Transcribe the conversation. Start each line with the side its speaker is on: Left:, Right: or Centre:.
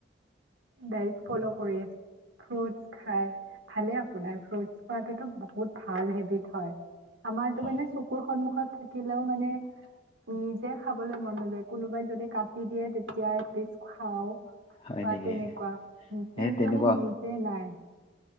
Right: ডাইট ফল' কৰি এ ফ্ৰুটচ খাই ভালে আপোনাৰ ফ্ৰুটচ খোৱাাততো বহুত ভাল হেবিট হয় আমাৰতো
Left: হয়
Right: মানে চকুৰ সন্মুখত থাকিলেও মানে নিজে খাবলৈ মন নাযায় কোনোবাই যদি কাটি দিয়ে তেতিয়া এপিছ খাও
Left: হয়
Right: বা
Left: নেকি?
Right: তেনেকুৱা
Left: সেই
Right: কিন্ত
Left: তেনেকুৱা
Right: মানে নিজে নাই